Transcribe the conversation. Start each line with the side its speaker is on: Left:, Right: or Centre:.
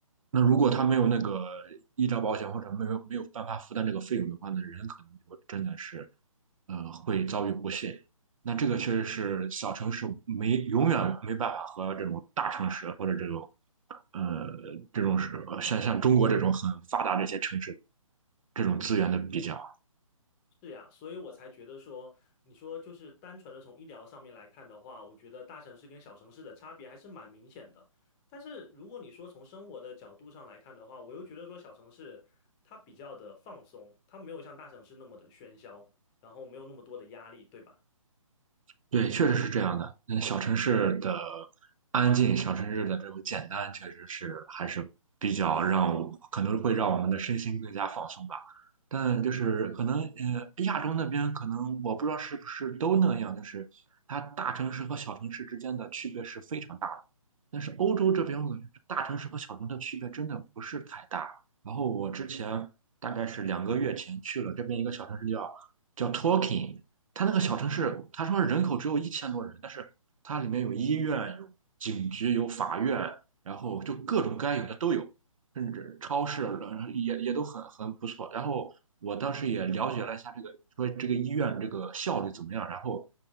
Right: 那如果他没有那个医疗保险，或者没有没有办法负担这个费用的话，那人可能就真的是，呃，会遭遇不幸。那这个确实是小城市没永远没办法和这种大城市或者这种，呃，这种是呃像像中国这种很发达这些城市这种资源的比较。
Left: 是呀，所以我才觉得说，你说就是单纯的从医疗上面来看的话，我觉得大城市跟小城市的差别还是蛮明显的。但是如果你说从生活的角度上来看的话，我又觉得说小城市它比较的放松，它没有像大城市那么的喧嚣，然后没有那么多的压力，对吧？
Right: 对，确实是这样的。嗯，小城市的安静，小城市的这种简单，确实是还是比较让我，可能会让我们的身心更加放松吧。但就是可能，呃，亚洲那边可能我不知道是不是都那样，就是它大城市和小城市之间的区别是非常大的。但是欧洲这边，我感觉大城市和小城市的区别真的不是太大。然后我之前大概是两个月前去了这边一个小城市叫叫 Torquay。它那个小城市，他说人口只有一千多人，但是它里面有医院、有警局、有法院，然后就各种该有的都有，甚至超市呃也也都很很不错。然后我当时也了解了一下这个，说这个医院这个效率怎么样。然后，